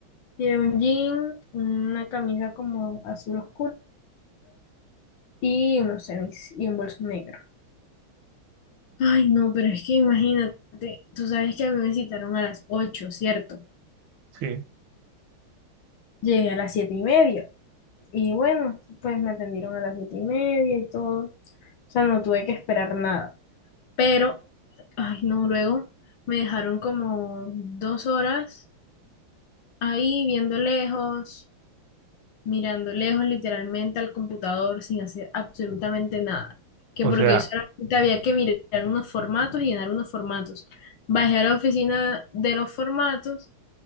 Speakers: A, on the left (about 70°); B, on the right (about 80°).
A: Llevé un jean, una camisa como azul oscuro y unos tenis y un bolso negro. Ay, no, pero es que imagínate, tú sabes que a mí me citaron a las 8, ¿cierto?
B: Sí.
A: Llegué a las siete y media. Y bueno, pues me atendieron a las siete y media y todo. O sea, no tuve que esperar nada. Pero, ay, no, luego me dejaron como dos horas ahí viendo lejos, mirando lejos literalmente al computador sin hacer absolutamente nada. Que
B: O
A: porque
B: sea,
A: solamente había que mirar unos formatos y llenar unos formatos. Bajé a la oficina de los formatos